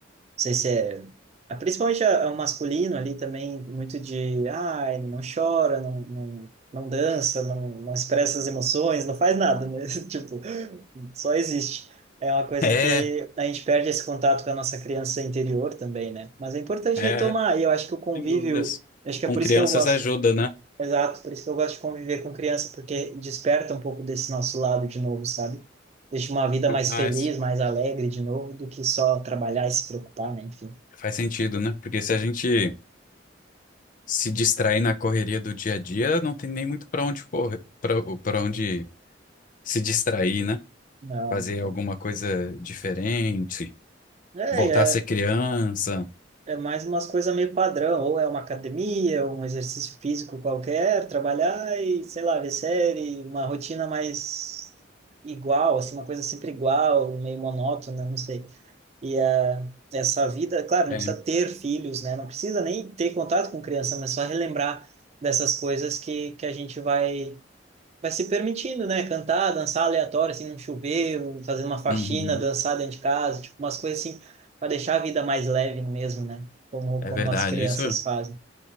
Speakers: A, on the right (about 35°); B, on the left (about 45°).
A: sei se é... ah, Principalmente a- o masculino ali também, muito de... Ai, não chora, não, não, não dança, não, não expressa as emoções, não faz nada, né? <laughs> Tipo, só existe. É uma
B: <laughs>
A: coisa
B: É,
A: que a gente perde esse contato com a nossa criança interior também, né? Mas é importante
B: é,
A: retomar, e eu acho que o convívio...
B: sem dúvidas.
A: Acho que
B: Com
A: é por
B: crianças
A: isso que eu gosto
B: ajuda, né?
A: Exato, por isso que eu gosto de conviver com criança, porque desperta um pouco desse nosso lado de novo, sabe? Deixa uma vida mais
B: Mas
A: feliz, mais alegre de novo, do que só trabalhar e se preocupar, né? Enfim.
B: faz sentido, né? Porque se a gente se distrair na correria do dia a dia, não tem nem muito para onde correr, para onde se distrair, né?
A: Não,
B: fazer
A: cara.
B: alguma coisa diferente,
A: É,
B: voltar
A: é,
B: a ser criança.
A: é mais umas coisas meio padrão, ou é uma academia, ou um exercício físico qualquer, trabalhar e, sei lá, ver série, uma rotina mais igual, assim, uma coisa sempre igual, meio monótona, não sei. E a, essa vida, claro, não
B: É,
A: precisa ter filhos, né? Não precisa nem ter contato com criança, mas só relembrar dessas coisas que, que a gente vai vai se permitindo, né? Cantar, dançar aleatório, assim, num chuveiro, fazer uma faxina,
B: uhum,
A: dançar dentro de casa, tipo, umas coisas assim, para deixar a vida mais leve mesmo, né? Como,
B: é
A: como
B: verdade,
A: as crianças
B: isso,
A: fazem.